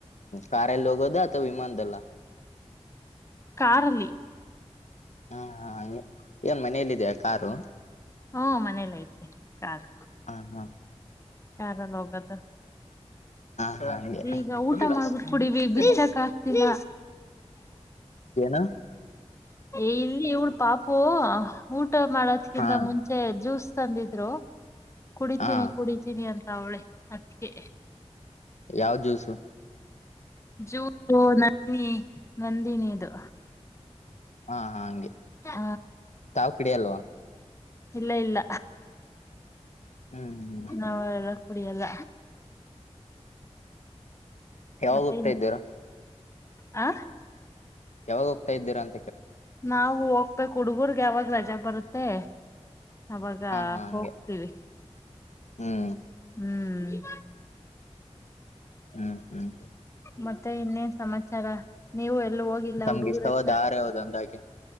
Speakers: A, on the left; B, on the left.
A: ಕಾರ ಲೋಗೋದ ಅಥವಾ ವಿಮಾನದಲ್ಲ
B: ಕಾರಲ್ಲಿ
A: ಹಾ ಹಾ ಹ ಏನ್ ಮನೆಯಲ್ಲಿದೆೆಯ ಕಾರು
B: ಹ್ಮ ಮನೇಲ್ಲ ಐತೆ ಕಾರ್
A: ಹಾ ಹಾ
B: ಕಾರಲ್ಲಿ ಹೋಗೋದು
A: ಹ
B: ಈಗ ಊಟ
A: ಬಂದಿಲ್ಲ
B: ಮಾಡ್ಬಿಟ್ಟು
A: ಹ್ಮ
B: ಕುಡಿವಿ ಬಿಚ್ಚಕ್
A: ಏನ್ ಮಾಡ್ತ
B: ಆಗ್ತಿಲ್ಲ
A: ನಾ
B: ಏ ಇಲ್ಲಿ ಇವಳ ಪಾಪು ಊಟ ಮಾಡದ್ಕಿಂತ
A: ಹಾ
B: ಮುಂಚೆ ಜ್ಯೂಸ್ ತಂದಿದ್ರು ಕುಡಿತೀನಿ
A: ಹಾ
B: ಕುಡಿತೀನಿ ಅಂತ ಅವಳೆ ಅದಕ್ಕೆ
A: ಯಾವ ಜ್ಯೂಸು
B: ಜೂ ನಂದಿ ನಂದಿನಿದು
A: ಹಾ ಹಾ ಹಂಗೆ
B: ಹಾ
A: ತಾವು ಕುಡಿಯಲ್ವಾ
B: ಇಲ್ಲ ಇಲ್ಲ
A: ಹ್ಮ್ ಹ್ಮ್
B: ನಾ ಕುಡಿಯಲ್ಲ
A: ಯಾವಾಗ
B: ಮತ್ತೆ
A: ಹೋಗ್ತಾ ಇದ್ದೀಾರ
B: ಆ
A: ಯಾವಾಗ ಹೋಗ್ತಾ ಇದ್ದೀರ ಅ
B: ನಾವವು ಹೋಗ್ಬೇಕು ಹುಡ್ಗರ್ಗ್ ಯಾವಾಗ ರಜೆ ಬರುತ್ತೆ ಅವಾಗ
A: ಹಾ ಹಾ ಹಂಗೆ
B: ಹೋಗ್ತೀವಿ
A: ಹ್ಮ್
B: ಹ್ಮ್
A: ಹ್ಮ್ ಹ್ಮ್
B: ಮತ್ತೆ ಇನ್ನೇ ಸಮಾಚಾರ ನೀವು ಹೋಗಿಲ್ಲ
A: ತಮ್ಗೆ
B: ಹುಡುಗರೆಲ್ಲ
A: ಇಷ್ಟವಾದ ಆಹಾರ ಯಾವ್ದು ಅಂದಾಗೆ